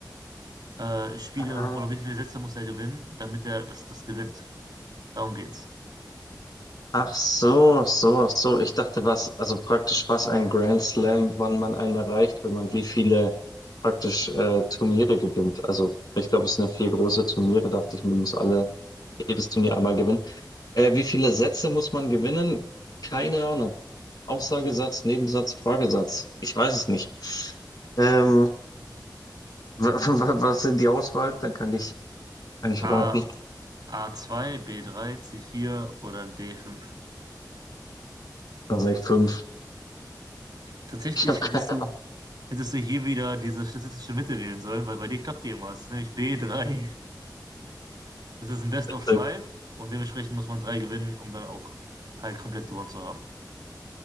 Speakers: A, on the right; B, on the left.
A: äh, Spiele
B: Ah,
A: oder wie viele Sätze muss er gewinnen, damit er das, das gewinnt. Darum geht's.
B: Ach so, so, so. Ich dachte, was, also praktisch, was ein Grand Slam, wann man einen erreicht, wenn man wie viele praktisch äh, Turniere gewinnt. Also, ich glaube, es sind ja vier große Turniere, dachte ich, man muss alle, jedes Turnier einmal gewinnen. Äh, wie viele Sätze muss man gewinnen? Keine Ahnung. Aussagesatz, Nebensatz, Fragesatz. Ich weiß es nicht. Ähm, <laughs> wa- wa- was sind die Auswahl? Dann kann ich, kann ich
A: A,
B: raten.
A: A2, b drei c vier oder d fünf.
B: Dann sage ich fünf.
A: Tatsächlich
B: Ich habe
A: hättest
B: keine
A: du, hättest du hier wieder diese statistische Mitte wählen sollen, weil bei dir klappt die immer. Es ist nämlich b drei. Es ist ein Best of Five
B: Ahnung.
A: und dementsprechend muss man drei gewinnen, um dann auch halt komplett gewonnen zu haben.